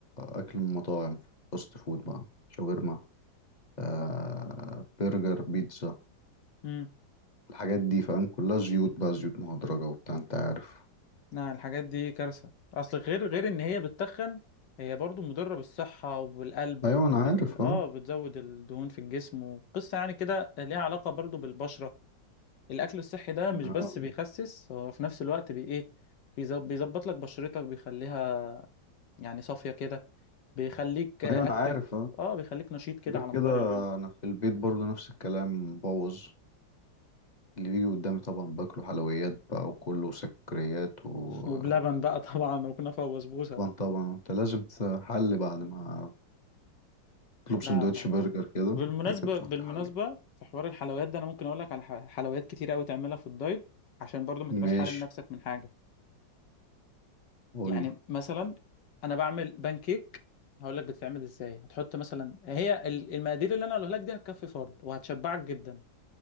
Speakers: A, on the left; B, on the left.
A: اكل من مطاعم فاست فود بقى شاورما آه برجر بيتزا
B: مم.
A: الحاجات دي فاهم كلها زيوت بقى زيوت مهدرجه وبتاع انت عارف
B: لا الحاجات دي كارثة أصل غير غير إن هي بتتخن هي برضه مضرة بالصحة والقلب
A: ايوه
B: وتخلي
A: انا عارف
B: آه
A: اه
B: بتزود الدهون في الجسم وقصة يعني كده ليها علاقة برضه بالبشرة الاكل الصحي ده
A: انا
B: مش بس
A: آه.
B: بيخسس هو في نفس الوقت بي ايه بيز- بيظبط لك بشرتك بيخليها يعني صافية كده بيخليك اكتف
A: ايوه انا عارف اه
B: اه بيخليك نشيط كده
A: غير
B: على
A: كده
B: مدار اليوم
A: انا في البيت برضو نفس الكلام مبوظ اللي بيجي قدامي طبعا باكله حلويات بقى وكله سكريات ولبن
B: وبلبن بقى طبعا وكنافة وبسبوسة
A: طبعا انت لازم تحل بعد ما تطلب
B: لا
A: سندوتش
B: لا
A: برجر كده
B: بالمناسبة
A: بعد كده تروح
B: بالمناسبة
A: تحلي
B: في حوار الحلويات ده انا ممكن اقول لك على ح- حلويات كتير قوي تعملها في الدايت عشان برضو ما تبقاش
A: ماشي
B: حارم نفسك من حاجة
A: قول
B: يعني
A: لي
B: مثلا انا بعمل بانكيك هقول لك بتتعمل ازاي هتحط مثلا هي ال- المقادير اللي انا هقولها لك دي هتكفي فرد وهتشبعك جدا